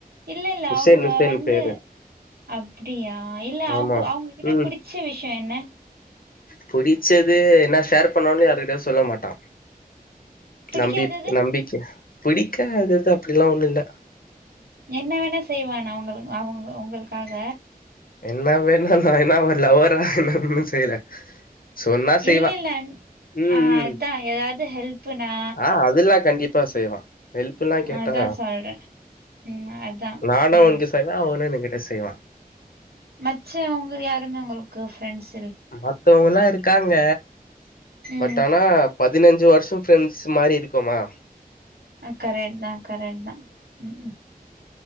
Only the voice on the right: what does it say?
இல்ல இல்ல
அவுங்க
வந்து
அப்டியா இல்ல
அவுங்க அவுங்ககிட்ட
புடிச்ச விஷ்ய என்ன
புடிக்காதது
என்ன வேணாசெய்வானா அவங்களு அவங்க உங்களுக்காக
இல்ல இல்ல
ஆ
அதா ஏதாவது ஹெல்ப்புனா
அதா சொல்றே ம் அதா
ஆ
மச்ச அவங்க யாருமே உங்களுக்கு ஃப்ரண்ட்ஸ்
ம்
கரட் தான் கரட் தான் உம்